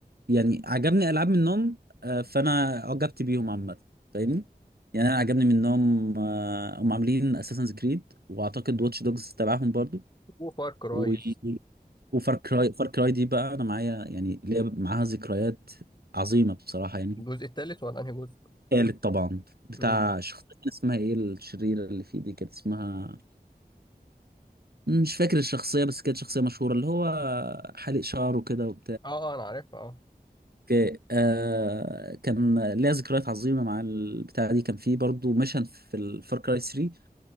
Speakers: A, on the right; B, on the left.
A: يعني عجبني العاب منهم آه، فانا عجبت بيهم عامه فاهمني يعني انا عجبني منهم آه، هم عاملين اساسنز كريد واعتقد واتش دوجز تبعهم برضو
B: وفار كرايز
A: و... وفار كراي فار كراي دي بقى انا معايا يعني ليا معاها ذكريات عظيمه بصراحه يعني
B: الجزء التالت ولا أنهي جزء؟
A: تالت طبعا بتاع
B: مم.
A: شخصيه كان اسمها ايه الشريره اللي فيه دي كانت اسمها مش فاكر الشخصيه بس كانت شخصيه مشهوره اللي هو حالق شعره كده
B: آه آه، أنا عارفها آه
A: اوكي آه كان ليا ذكريات عظيمه مع البتاعه دي كان في برضو ميشن في الفار كراي 3